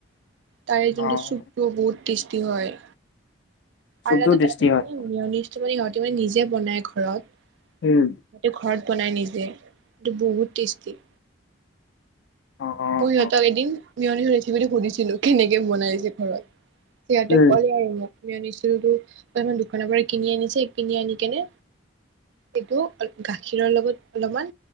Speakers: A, on the right; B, on the left.
A: তাৰে যোনটো
B: অ',
A: চুপটো, বহুত টেষ্টি হয়।
B: চুপটোও
A: আৰে
B: টেষ্টি
A: তাতে মেওনিষ্টটো
B: হয়।
A: মানে সিহঁতে তেওঁ নিজে বনাই ঘৰত,
B: উম,
A: তাতে ঘৰত বনাই নিজে, কিন্তু বহুত টেষ্টি।
B: অ', অ',
A: মইও সিহঁতক
B: অ'।
A: এদিন মেয়নিজৰ ৰেচিপিটো সুধিছিলোঁ কেনেকে বনাইছে ঘৰত। সিহঁতে
B: উম,
A: ক'লে আৰু মোকমি আনিছিলো তো তাৰমানে দোকানৰ পৰা কিনি আনিছে, কিনি আনি কেনে এইটো গাখীৰৰ লগত অলপমান